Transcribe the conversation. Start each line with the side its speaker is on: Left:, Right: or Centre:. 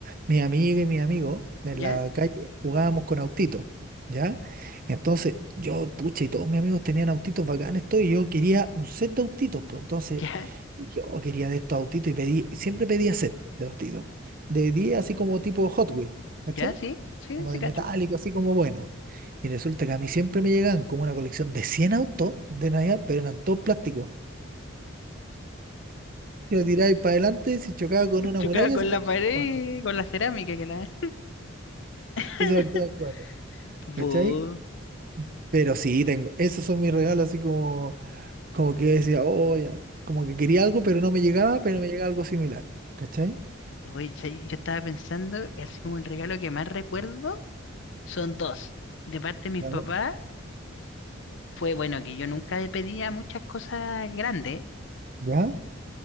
Right: mi amiga y mi amigo en
Left: ¿ya?
Right: la calle jugábamos con autitos, ¿ya? Entonces, yo, pucha, y todos mis amigos tenían autitos bacanes, todo, y yo quería un set de autitos, pues entonces
Left: ¿Ya?
Right: yo quería de estos autitos y pedí, siempre pedía set de autitos, de 10 así como tipo Hot Wheels, ¿cachai?
Left: ¿Ya? ¿Sí? ¿Sí?
Right: Como
Left: ¿Sí,
Right: de
Left: cacho?
Right: metálico, así como bueno. Y resulta que a mí siempre me llegaban como una colección de 100 autos de Navidad, pero eran todos plásticos que lo tiráis para adelante, si chocaba con una
Left: Chocaba
Right: muralla,
Left: con
Right: se partía
Left: la pared,
Right: en cuatro.
Left: y con la cerámica que la... <laughs>
Right: Y se partía en cuatro,
Left: Bu.
Right: ¿cachai? Pero sí, tengo, esos son mis regalos, así como, como que decía, oh, ya, como que quería algo, pero no me llegaba, pero me llegaba algo similar, ¿cachai?
Left: Oye, ¿sabes? yo estaba pensando que así como el regalo que más recuerdo son dos. De parte de mis
Right: Vale.
Left: papás fue bueno que yo nunca le pedía muchas cosas grandes,
Right: ¿Ya?